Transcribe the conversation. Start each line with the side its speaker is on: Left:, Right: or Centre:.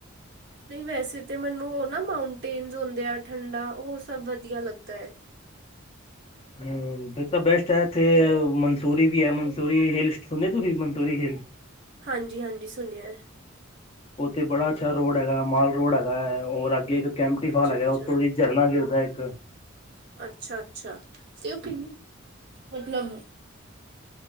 Right: ਨਈ ਵੈਸੇ ਤੇ ਮੈਨੂੰ ਉਹ ਨਾ ਮਾਊਂਟੇਨ ਹੁੰਦੇ ਆ ਠੰਡਾ ਉਹ ਸਭ ਵਧੀਆ ਲੱਗਦਾ ਹੈ।
Left: ਹੂੰ ਫੇਰ ਤਾਂ ਬੈਸਟ ਹੈ ਇੱਥੇ ਮ ਮੰਸੂਰੀ ਵੀ ਹੈ ਮਸੂਰੀ ਹਿਲ ਸੁਣੀ ਤੁਸੀ ਮਸੂਰੀ ਹਿਲ
Right: ਹਾਂਜੀ-ਹਾਂਜੀ, ਸੁਣਿਆ
Left: ਉੱਥੇ ਬੜਾ ਅੱਛਾ ਰੋਡ ਹੈਗਾ ਮਾਲ ਰੋਡ ਹੈਗਾ ਹੈ ਔਰ ਅੱਗੇ ਕੈਂਪਟੀ
Right: ਅੱਛਾ
Left: ਫਾਲ ਹੈਗਾ
Right: ਅੱਛਾ
Left: ਉੱਥੋਂ ਦੀ ਝਰਨਾ ਗਿਰਦਾ ਇੱਕ
Right: ਅੱਛਾ-ਅੱਛਾ ਤੇ ਉਹ ਕਿੰਨ, ਮਤਲਬ